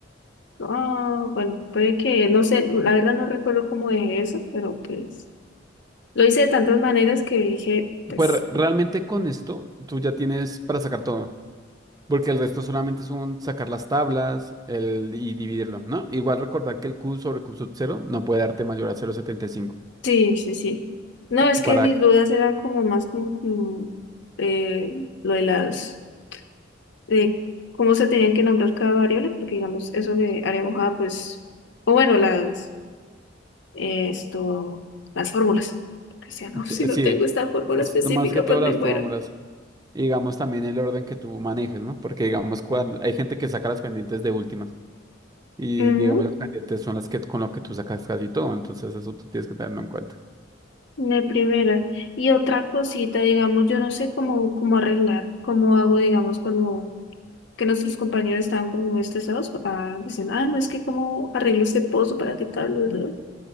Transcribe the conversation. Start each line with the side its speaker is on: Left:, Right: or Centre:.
Left: Ah, bueno, puede que, no sé, la verdad no recuerdo cómo es eso, pero pues lo hice de tantas maneras que dije, pues,
Right: Pues re- realmente con esto tú ya tienes para sacar todo, porque el resto solamente son sacar las tablas el, y dividirlo, ¿no? Igual recordar que el Q sobre Q sub 0 no puede darte mayor a cero punto setenta y cinco
Left: sí, sí, sí. No, es que
Right: para...
Left: mis dudas eran como más como, como, eh, lo de las de cómo se tenían que nombrar cada variable, porque digamos, eso de área mojada, pues, o bueno, las, eh, esto, las fórmulas. Que sea, no, <laughs>
Right: Sí,
Left: si no
Right: sí,
Left: tengo esta fórmula
Right: es
Left: específica,
Right: más que todas
Left: pues me
Right: las
Left: muero.
Right: fórmulas. Y digamos también el orden que tú manejes, ¿no? Porque digamos cuando hay gente que saca las pendientes de últimas y
Left: Ujú,
Right: digamos las pendientes son las que con lo que tú sacas casi todo, entonces eso tú tienes que tenerlo en cuenta.
Left: de primera. Y otra cosita, digamos, yo no sé cómo, cómo arreglar, cómo hago, digamos, cuando que nuestros compañeros estaban como muy estresados, ah, dicen, ah, no, es que cómo arreglo este pozo para que tal, bla, bla".